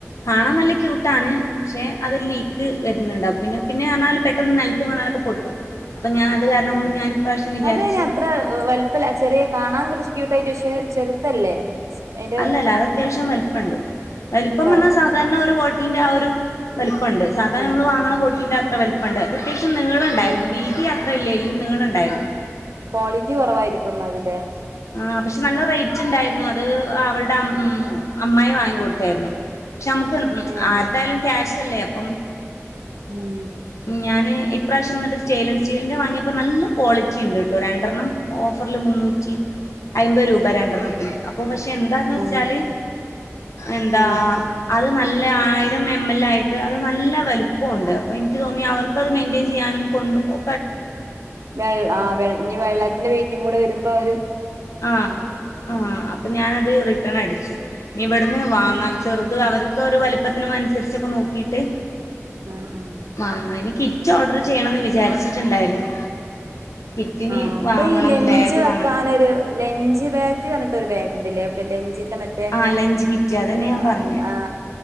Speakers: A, on the left; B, on the right.
A: കാണാൻ നല്ല ക്യൂട്ടാണ് പക്ഷെ അത് ലീക്ക് വരുന്നുണ്ട് അപ്പ പിന്നെ പിന്നെ ആണാല് പെട്ടെന്ന് നിലത്ത് വീണാലൊക്കെ പൊട്ടും അപ്പൊ ഞാൻ അത് കാരണം
B: ഉം
A: കൊണ്ട് ഞാൻ ഇപ്രാവശ്യം വിചാരിച്ചു
B: അതന്നെ അത്ര വലിപ്പല്യ ചെറിയ കാണാൻ കുറച്ച് ക്യൂട്ടായിട്ട് പക്ഷെ ചെറുതല്ലേ അയിന്റെ
A: അല്ലല്ല അത് അത്യാവശ്യം വലിപ്പം ഉണ്ട്‌ വലിപ്പം
B: ഇണ്ടോ
A: എന്നാൽ
B: അത്
A: സാധാരണ
B: ശരി
A: ഒരു ബോട്ടിലിന്റെ ആ ഒരു വലുപ്പണ്ട് സാധാരണ
B: ആഹ്
A: നമ്മള് വാങ്ങണ ബോട്ടിന്റെ അത്ര വലുപ്പണ്ട് അത്യാവശ്യം നീളുണ്ടായിരുന്നു
B: ആഹ്
A: വീതി അ അല്ലേലും നീളുണ്ടായിരുന്നു
B: ക്വാളിറ്റി കുറവായിരിക്കും എന്നാലുംല്ലേ
A: ആ പക്ഷെ നല്ല റേറ്റ് ഉണ്ടായിരുന്നു അത് അവളുടെ അം അമ്മായി വാങ്ങികൊടുത്തായിരുന്നു പക്ഷെ നമ്മുക്ക് ഉം
B: ആഹ്
A: ആരുടേയാലും ക്യാഷ്ല്ലേ അപ്പം
B: ഉം
A: ഞാൻ ഇപ്രാവശ്യംന്നിട്ട് സ്റ്റെൻലെസ് സ്റ്റീലിന്റെ വാങ്ങിയപ്പോ നല്ല ക്വാളിറ്റി ഉണ്ട്ട്ടോ രണ്ടെണ്ണം ഓഫറിൽ മുന്നൂറ്റി അയ്മ്പത് രൂപ രണ്ടെണ്ണത്തിന് അപ്പൊ പക്ഷെ എന്താന്ന് വെച്ചാല്
B: ആഹ്
A: എന്താ
B: ആഹ്
A: അത് നല്ല ആയിരം എം എൽ ആയിട്ട് അത് നല്ല വലുപ്പമുണ്ട് അപ്പൊ എനിക്ക് തോന്നി അവർക്ക് ർക്ക് അത് മെയിന്റെയിൻ ചെയ്യാനും കൊണ്ട് പോ
B: വെള്ള് ആ ഇനി വെള്ളത്തിന്റെ വെയിറ്റും കൂടെ വരുമ്പോ അവര്
A: ആ ആ അപ്പൊ ഞാനത് റിട്ടേൺ അടിച്ചു ഇവിടുന്ന് വാങ്ങാം ചെറുത് അവർക്ക് ഒരു വലിപ്പത്തിനും അനുസരിച്ചൊക്കെ നോക്കിട്ട്
B: ആ ആ
A: വാങ്ങാം ഇനി കിറ്റ് ഓർഡർ ചെയ്യണന്ന് വിചാരിച്ചിട്ടുണ്ടായിരുന്നു കിറ്റിന്
B: ആ അപ്പൊ
A: വാങ്ങണം
B: ഈ ലഞ്ച്
A: ബാഗ്
B: വെക്കാനൊരു
A: വാങ്ങണം
B: ലഞ്ച് ബാഗ് എന്ന് പറഞ്ഞിട്ട് ഒരു ബാഗ്ണ്ടില്ലേ ലഞ്ചിന്റെ മറ്റേ
A: ആഹ് ലഞ്ച് കിറ്റ് അതന്നെ
B: എ
A: ഞാൻ
B: ആ
A: പറഞ്ഞേ
B: ആ